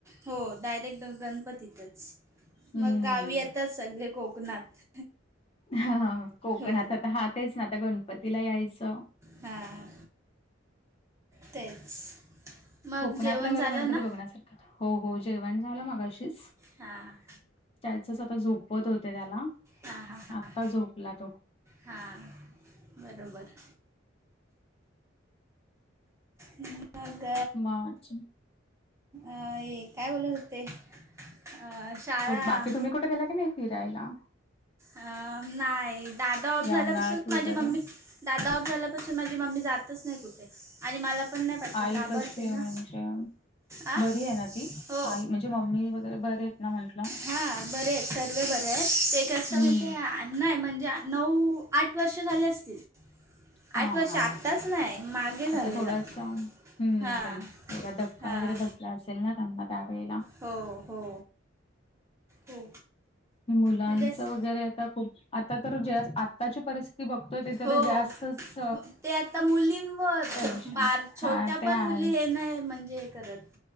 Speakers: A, on the right; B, on the left.
A: हो डायरेक्ट गणपतीतच.
B: हम्म
A: मग गावी येतात सगळे कोकणात.
B: हा कोकणात
A: हो
B: आता तेच ना आता गणपतीला यायचं.
A: हां, तेच. मग
B: कोकणातलं
A: जेवण
B: वगैरं
A: झालं
B: गणपती
A: ना
B: बघण्यासारखे हो हो जेवण झालं मगा अशीच.
A: हा..
B: त्याचच आता झोपवत होते त्याला
A: हां. हां..
B: आत्ता
A: हां..
B: झोपला तो
A: हां... बरोबर. मग..
B: मार्च
A: अ काय बोलत होते? अ, शाळा
B: बाकी तुम्ही कुठे गेला की नाही फिरायला?
A: अ नाही दादा ऑफ
B: या
A: झाल्यापासून,
B: उन्हाळ्यात वगैरे
A: माझी मम्मी दादा ऑफ झाल्यापासून माझी मम्मी जातच नाही कुठे? आणि मला पण नाही पाठवत
B: आई
A: घाबरते
B: कशी आहे
A: ना
B: म्हणजे
A: आ
B: बरी आहे ना ती
A: हो
B: आई म्हणजे मम्मी वगैरे बरे आहेत ना म्हंटलं.
A: हा बरे आहेत सर्व बरे आहेत ते कस्टमरचे
B: हम्म
A: नाही म्हणजे नऊ, आठ वर्ष झाले असतील.
B: हा
A: आठ वर्ष
B: हा
A: आत्ताच नाही मागे झालेलं
B: आता थोडासा हम्म
A: हां
B: पण थोडा धक्का
A: हां
B: वगैरे बस असेल ना त्यांना त्यावेळेला
A: हो हो हो
B: मुलांचं
A: म्हणजे अस-
B: वगैरे आता खूप आता तर जास्त आत्ताची परिस्थिती बघतोय ते तर
A: हो
B: जास्तच
A: ते आता मुलींवर
B: टेन्शन,
A: छो- बार छोट्या
B: हा ते
A: पण
B: आहे
A: मुली हे नाही म्हणजे हे करत